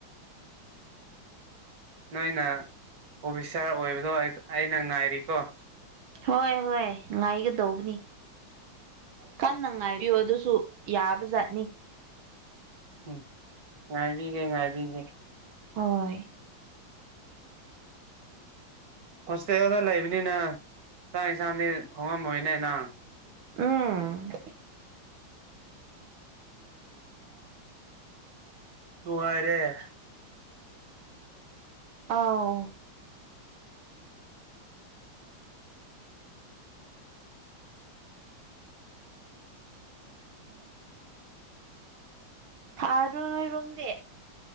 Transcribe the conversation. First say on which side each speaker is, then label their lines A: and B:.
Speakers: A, on the right; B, on the right.
A: ꯅꯣꯏꯅ ꯑꯣꯐꯤꯁꯥꯔ ꯑꯣꯏꯕꯗꯣ ꯑꯩ ꯑꯩꯅ ꯉꯥꯏꯔꯤꯀꯣ
B: ꯍꯣꯏ ꯍꯣꯏ ꯉꯥꯏꯒꯗꯧꯕꯅꯤ ꯀꯟꯅ ꯉꯥꯏꯕꯤꯌꯨ ꯑꯗꯨꯁꯨ ꯌꯥꯕꯖꯥꯠꯅꯤ
A: ꯎꯝ ꯉꯥꯏꯕꯤꯒꯦ ꯉꯥꯏꯕꯤꯒꯦ
B: ꯍꯣꯏ
A: ꯍꯣꯁꯇꯦꯜꯗ ꯂꯩꯕꯅꯤꯅ ꯆꯥꯛ ꯌꯦꯟꯁꯥꯡꯗꯤ ꯊꯣꯡꯉꯝꯃꯣꯏꯅꯦ ꯅꯪ
B: ꯎꯝ
A: ꯅꯨꯡꯉꯥꯏꯔꯦ
B: ꯑꯥꯎ ꯎꯝ ꯁꯥꯗ꯭ꯔꯣ ꯅꯣꯏꯔꯣꯝꯗꯤ